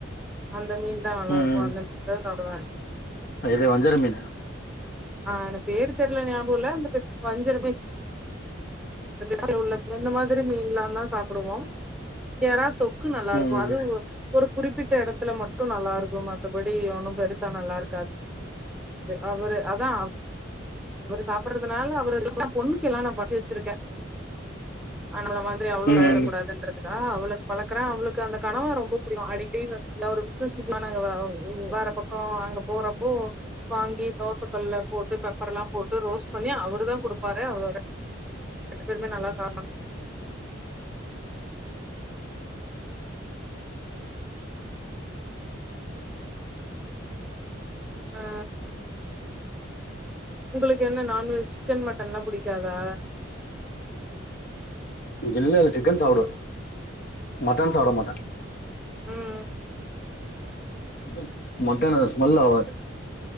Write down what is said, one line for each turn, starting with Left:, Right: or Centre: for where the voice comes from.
Centre: அந்த மீன்தா நல்லா
Left: ம்
Centre: இருக்கு அந்த மீன்தா சாப்டுவ
Left: இது வஞ்சர மீனூ
Centre: ஆ எனக் பேறு தெர்ல ஞாபகோல்ல அந்தப் வஞ்சர மீ அதுல உள்ள இப்ப இந்த மாரி மீன்எல்லான்தா சாப்பிடுவோ இந்த எறா தொக் நல்லா இருக்கு
Left: ம்
Centre: அது ஒரு குறிப்பிட்ட எடத்துல மட்டு நல்லா இருக்கு மத்தபடி ஒண்ணூ பெருசா நல்லா இருக்காது பே அவரு அதா கொஞ்சோ சாப்பிடறதுனால அவரூ <unintelligible> பொண்ணு கி எல்லா நா பண்ணி வச்சிருக்க அஹ் நம்மல மாதிரி அவளூ
Left: ம்
Centre: ஆயிரக்கூடாதுன்றத்துக்காக அவுளுக்கு பழக்கற அவளுக்கு அந்த கனவா ரொம்ப புடிக்கு அடிக்கடி நல்லா ஒரு பிசினஸ் ட்ரிப்னா வேற பக்கோ அங்க போறப்போ வாங்கி தோச கல்ல போட் சாப்பாடுல்லாம் போட்டு ரோஸ்ட் பண்ணி அவருதா குடுப்பாரு அவங்க ரெண்டு பேருமே நல்லா ஆமாங் ஆ உங்களுக்கு என்ன நான்வெஜ் சிக்கன் மட்டனெல்லா புடிக்காதா
Left: இல்லேல்ல சிக்கன் சாப்டுவே மட்டன் சாப்டமாட்டேன்
Centre: ம்
Left: ம் மட்டன் அது ஸ்மெல் ஆவாது